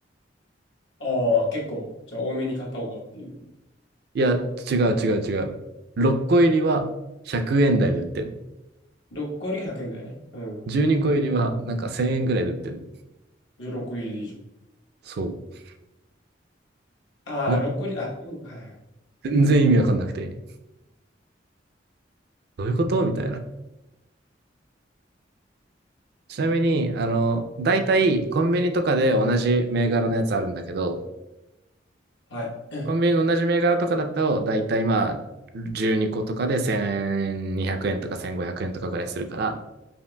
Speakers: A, on the left; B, on the right.
A: ああ、結構、じゃあ多めに買った方がっていう。
B: <laughs> いや、違う違う違う。6個入りは100円台で売ってんの。
A: 6個入りが100円だよね。うん。
B: 12個入りはなんか1000円ぐらいで売ってんの。
A: じゃあ6個入りでいいじゃん。
B: そう。
A: ああ、
B: な、
A: 6個入り、あ、そういうことかはいはい。
B: 全然意味わかんなくて。どういうことみたいな。ちなみに、あの、大体コンビニとかで同じ銘柄のやつあるんだけど、
A: はい。
B: コンビニの同じ銘柄とかだと、大体まあ、12個とかで1200円とか1500円とかぐらいするから、